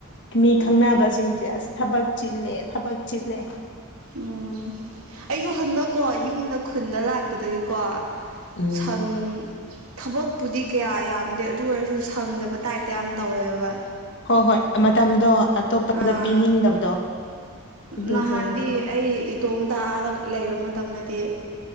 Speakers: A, on the left; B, on the right.
A: ꯃꯤ
B: ꯎꯝ
A: ꯈꯪꯅꯕꯁꯤꯡꯁꯦ ꯑꯁ ꯊꯕꯛ ꯆꯤꯜꯂꯦ ꯊꯕꯛ ꯂꯩꯦ
B: ꯎꯝ ꯑꯩꯁꯨ ꯍꯟꯗꯛꯀꯣ ꯌꯨꯝꯗ ꯈꯨꯟꯗ ꯂꯥꯛꯄꯗꯒꯤ ꯀꯣ
A: ꯎꯝ
B: ꯁꯪ ꯊꯕꯛꯄꯨꯗꯤ ꯀꯌꯥ ꯌꯥꯝꯗꯦ ꯑꯗꯨ ꯑꯣꯏꯔꯁꯨ ꯁꯪꯗꯕ ꯇꯥꯏꯞꯇ ꯌꯥꯝ ꯇꯧꯋꯦꯕ
A: ꯍꯣꯏ ꯍꯣꯏ ꯃꯇꯝꯗꯣ ꯑꯇꯣꯞꯄꯗ
B: ꯑꯥ
A: ꯄꯤꯅꯤꯡꯗꯕꯗꯣ ꯑꯗꯨꯗꯣꯏꯅꯦꯕ
B: ꯅꯍꯥꯟꯗꯤ ꯑꯩ ꯏꯇꯣꯝꯇ ꯑꯥꯔ ꯂꯩꯕ ꯃꯇꯝꯗꯗꯤ